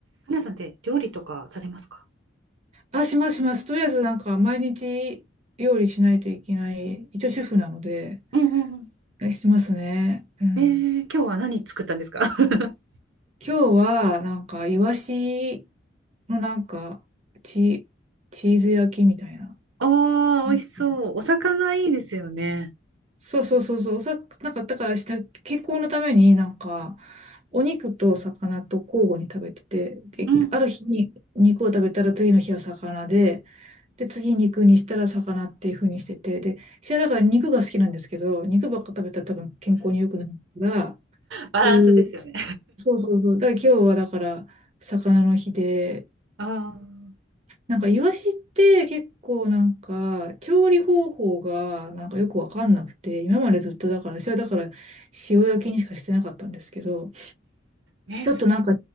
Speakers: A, on the right; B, on the right.
A: 花さんって料理とかされますか
B: あ、しますします。とりあえずなんか毎日料理しないといけない、一応主婦なので、
A: うんうん
B: えしてますね。うん。
A: うんえー、今日は何作ったんですか <laughs>
B: 今日はなんかイワシのなんかチ、チーズ焼きみたいな。
A: ああ美味しそう。
B: うん
A: お魚いいですよね。
B: そうそうそうそう、おさ、なんか、だからした、健康のためになんか、お肉と魚と交互に食べてて、えある日に肉を食べたら次の日は魚で、
A: うんうん
B: で、次肉にしたら魚っていう風にしてて、で、私はだから肉が好きなんですけど、肉ばっか食べたら多分健康に良くないから、っ
A: バランスですよね。
B: ていう、そうそうそう、だから今日はだから魚の日で、
A: ああ
B: なんかイワシって結構なんか調理方法がなんかよくわかんなくて、今までずっとだから、私はだから塩焼きにしかしてなかったんですけど、
A: ね、
B: ちょっとなんか
A: そ